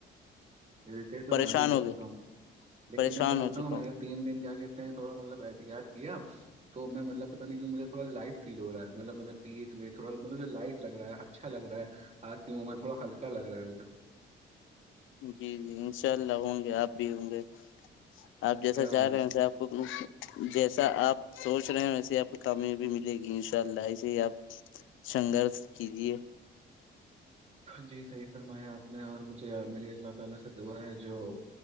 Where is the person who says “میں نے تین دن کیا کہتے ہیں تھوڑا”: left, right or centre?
Right